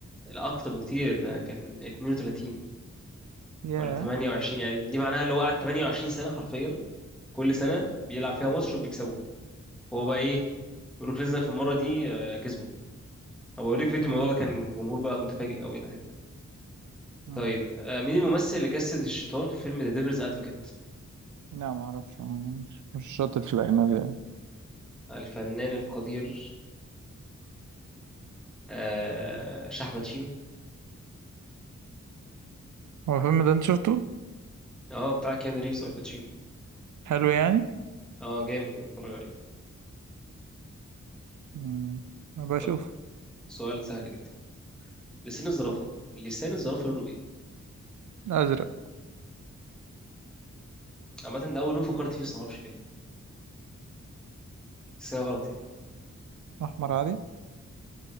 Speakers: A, in the centre; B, on the right.
A: الأكتر بكتير ده كان 32
B: ياه
A: ولا 28 يعني دي معناها اللي هو قعد 28 سنة حرفيا كل سنه بيلعب فيها ماتش وبيكسبه فهو بقى ايه بروك ليزنر في المره دي آه، كسبه هبقى اوريك فيديو
B: امم
A: الموضوع ده كان الجمهور بقى متفاجئ قوي حاجه كده
B: امم
A: طيب آه، مين الممثل اللي جسد الشيطان في فيلم ذا ديفلز ادفوكيت
B: لا ما اعرفش مش مش شاطر في الاجنبي يعني
A: الفنان القدير آه، شاح باتشينو
B: هو الفيلم ده انت شفته
A: اه بتاع كيانو ريفز او الباتشينو
B: حلو يعني
A: اه جامد بتفرج عليه
B: امم ابقى
A: طب
B: اشوف
A: سؤال سهل جدا لسان الزرافه لسان الزرافه لونه ايه
B: ازرق
A: عامه ده اول لون فكرت فيه بس معرفش ليه بس هي غلط يعني
B: احمر عادي